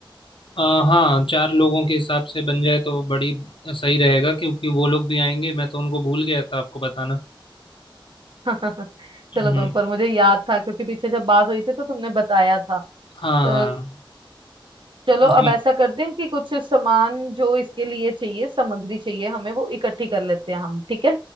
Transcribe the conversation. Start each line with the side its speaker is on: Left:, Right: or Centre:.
Left: अ, हाँ चार लोगों के हिसाब से बन जाए तो बड़ी सही रहेगा क्योंकि वो लोग भी आएंगे मैं तो उनको भूल गया था आपको बताना
Right: <laughs>
Left: हम्म
Right: चलो कोई पर मुझे याद था क्योंकि पीछे जब बात हुई थी तो तुमने बताया था
Left: हाँ
Right: तो
Left: हाँ
Right: चलो
Left: जी
Right: अब ऐसा करते हैं कि कुछ सामान जो इसके लिए चाहिए सामग्री चाहिए हमें वो इकट्ठी कर लेते हैं हम ठीक है